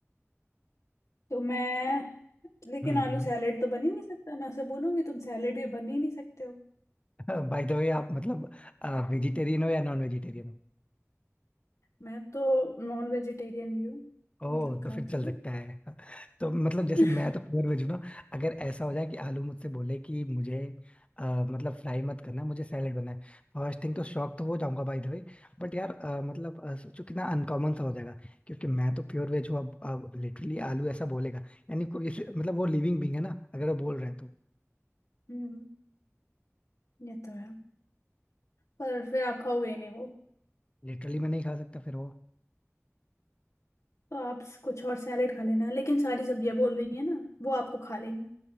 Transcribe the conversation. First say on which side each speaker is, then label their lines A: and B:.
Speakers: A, on the left; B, on the left.
A: तो मैं लेकिन
B: हम्म
A: आलू सैलेड तो बन ही नहीं सकता मैं उसे बोलूंगी तुम सैलेड के बन ही नहीं सकते हो
B: <laughs> बाय द वे आप मतलब वेजिटेरियन हो या नॉन वेजिटेरियन
A: मैं तो नॉन वेजिटेरियन भी हूँ
B: ओह
A: मतलब
B: तो
A: खाती
B: फिर चल
A: हूँ
B: सकता है <laughs> तो मतलब जैसे
A: <laughs>
B: मैं तो प्योर वेज हूं ना अगर ऐसा हो जाए कि आलू मुझसे बोले कि मुझे अ, मतलब फ्राई मत करना मुझे सैलेड बनाए फर्स्ट थिंग तो शॉक तो हो जाऊंगा बाय द वे बट यार अ, मतलब अ, सोचो कितना अनकॉमन सा हो जाएगा क्योंकि मैं तो प्योर वेज हूँ अब अब लिटरली आलू ऐसा बोलेगा यानी कोई मतलब वो लिविंग बींग है ना अगर वो बोल रहा है तो
A: हम्म ये तो है पर फिर आप खाओगे ही नहीं वो
B: लिटरली मैं नहीं खा सकता फिर वो
A: तो आप स- कुछ और सैलेड खा लेना लेकिन सारी सब्जियां बोल रही है ना वो आपको खा लेंगे